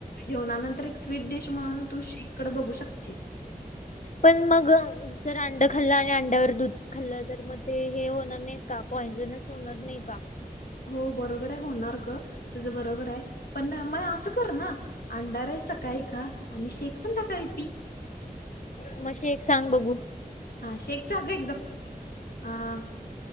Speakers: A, on the left; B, on the left.
A: जेवणानंतर एक स्वीट डिश म्हणून तू शेककड बघू शकशील.
B: पण मग जर अंड खाल्लं आणि अंड्यावर दूध खाल्लं तर मग ते हे होणार नाही का पॉंइजनच होणा होणार नाही का?
A: हो बरोबर आहे होणार गं तुझं बरोबर आहे. पण मग असं कर ना अंडा राईस सकाळी खा आणि शेक संध्याकाळी पी.
B: मग शेक सांग बघू?
A: हा शेक तर एकदम सोपा आहे अ